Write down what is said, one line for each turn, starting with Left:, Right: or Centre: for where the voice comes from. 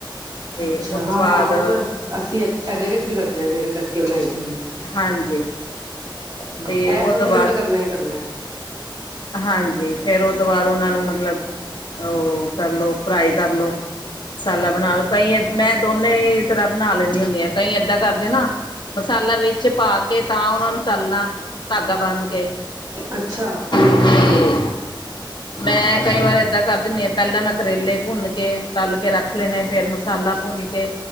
Left: ਤੇ
Right: ਅੱਛਾ
Left: ਉਹ ਤੋਂ
Right: ਹਾਂ
Left: ਬਾਅਦ
Right: ਹਾਂ ਉਹ ਤਾਂ ਅਸੀਂ ਇਦੇ ਵਿੱਚ ਵੀ ਕਰਦੇ ਹਾਂ ਜੇੜੇ ਕੱਟ- <unintelligible>
Left: ਹਾਂਜੀ ਤੇ
Right: ਐ
Left: ਉਹ
Right: ਪ੍ਰੋਸੀਜਰ
Left: ਤੋਂ ਬਾਅਦ
Right: ਤੇ ਕਰਨਾ ਈ ਕਰਨਾ।
Left: ਹਾਂਜੀ ਫੇਰ ਓ ਤੋਂ ਬਾਅਦ ਉਨਾਂ ਨੂੰ ਮਤਲਬ ਓ ਕਰਲੋ ਫਰਾਈ ਕਰ ਲੋ। ਮਸਾਲਾ ਬਣਾ ਲਓ ਕਈ ਮੈਂ ਦੋਨੇ ਤਰ੍ਹਾਂ ਬਣਾ ਲੈਂਣੀ ਹੁੰਨੀ ਆ। ਕਈ ਏਦਾਂ ਕਰਦੇ ਨਾ ਮਸਾਲਾ ਵਿੱਚ ਪਾ ਕੇ ਤਾਂ ਉਨਾਂ ਨੂੰ ਤਲਣਾ ਧਾਗਾ ਬੰਨ ਕੇ।
Right: ਅੱਛਾ ਹਾਂਜੀ
Left: ਤੇ
Right: ਹਾਂਜੀ।
Left: ਮੈਂ ਕਈ ਵਾਰ ਏਦਾਂ ਕਰਦੀ ਹੁੰਨੀ ਆਂ ਪਹਿਲਾ ਮੈਂ ਕਰੇਲੇ ਭੁੰਨ ਕੇ ਤਲ ਕੇ ਰੱਖ ਲੈਣੇ ਫੇਰ ਮਸਾਲਾ ਭੁੰਨ ਕੇ